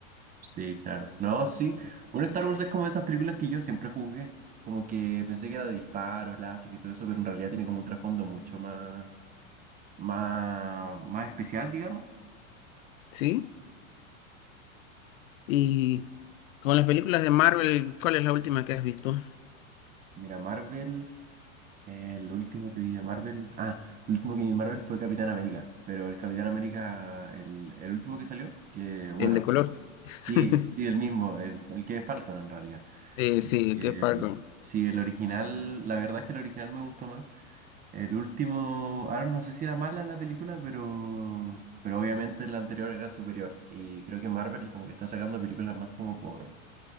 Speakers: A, on the right; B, on the left.
A: Sí, claro. No, sí. Bueno, Star Wars es como esas películas que yo siempre juzgué, como que pensé que era de disparos, láser y todo eso, pero en realidad tiene como un trasfondo mucho más, más, más especial, digamos.
B: Sí. Y con las películas de Marvel, ¿cuál es la última que has visto?
A: Mira, Marvel, eh, lo último que vi de Marvel, ah, el último que vi de Marvel fue Capitán América, pero el Capitán América, el, el último que salió, que bueno,
B: El de color. <laughs>
A: sí, sí, el mismo, el, el que es Falcon en realidad.
B: Eh, sí, el
A: El-
B: que es Falcon.
A: sí, el original, la verdad es que el original me gustó más. El último, ahora no sé si era mala la película, pero, pero obviamente la anterior era superior. Y creo que Marvel como que está sacando películas más como por,